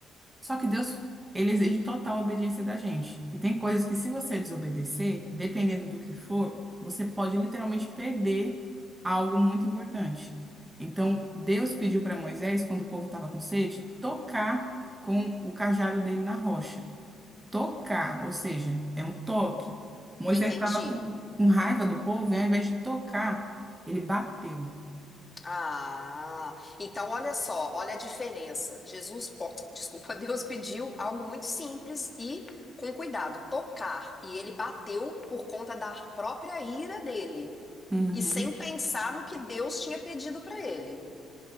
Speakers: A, on the right; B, on the left.
A: Só que Deus, ele exige total obediência da gente. E tem coisas que, se você desobedecer, dependendo do que for, você pode literalmente perder algo muito importante. Então, Deus pediu para Moisés, quando o povo estava com sede, tocar com o cajado dele na rocha tocar, ou seja, é um toque. Moisés
B: Entendi.
A: estava com, com raiva do povo e ao invés de tocar, ele bateu.
B: Ah, então olha só, olha a diferença. Jesus, po- <tsk> desculpa, <laughs> Deus pediu algo muito simples e com cuidado, tocar, e ele bateu por conta da própria ira dele
A: Uhum.
B: e sem pensar no que Deus tinha pedido para ele.